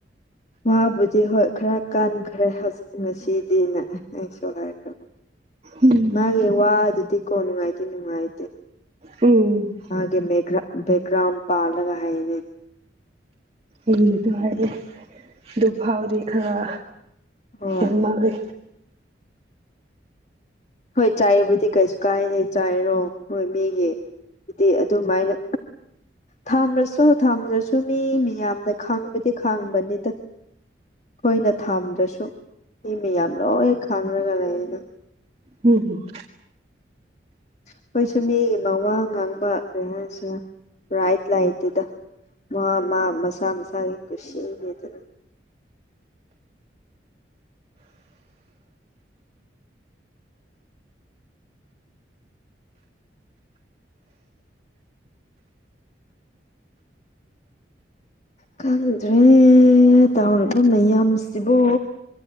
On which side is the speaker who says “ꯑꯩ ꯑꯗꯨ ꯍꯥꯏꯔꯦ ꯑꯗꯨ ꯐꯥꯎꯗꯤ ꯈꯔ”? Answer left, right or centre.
Right